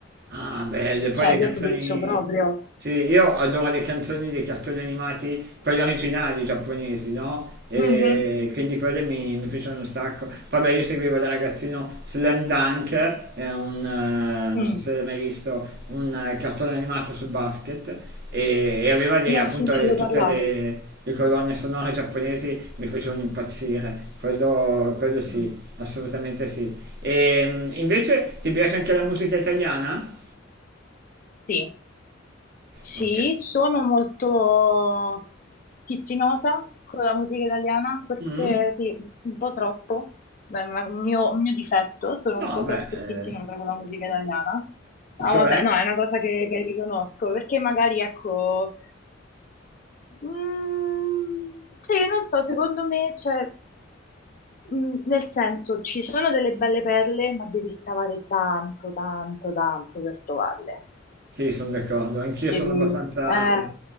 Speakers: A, on the right; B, on the left.
A: Ah, belle, poi
B: cioè
A: le
B: io
A: canzoni...
B: switcho proprio.
A: Sì, io adoro le canzoni dei cartoni animati, quelli originali giapponesi, no? E
B: Mhm.
A: quindi quelle mi, mi piacciono un sacco. Poi beh, io seguivo da ragazzino Slam Dunk, è un, eh, non
B: Mm.
A: so se l'hai mai visto, un eh, cartone animato sul basket, e, e aveva le-
B: Ne
A: appunto
B: ho sentito
A: le- tutte
B: parlare.
A: le, le colonne sonore giapponesi, mi facevano impazzire, quello, quello sì,
B: Mm.
A: assolutamente sì. E mm, invece ti piace anche la musica italiana?
B: Sì, sì,
A: Ok.
B: sono molto schizzinosa con la musica italiana, forse
A: Mm.
B: sì, un po' troppo, Beh, ma un mio, un mio difetto, sono
A: No,
B: un po' troppo
A: beh,
B: schizzinosa con la musica italiana.
A: eh,
B: Ah,
A: cioè,
B: vabbè, no, è una cosa che, che riconosco, perché magari, ecco, mm, sì, non so, secondo me, c'è mm, nel senso, ci sono delle belle perle, ma devi scavare tanto, tanto, tanto per trovarle.
A: sì, sono d'accordo, anch'io
B: devi...
A: sono abbastanza
B: Eh,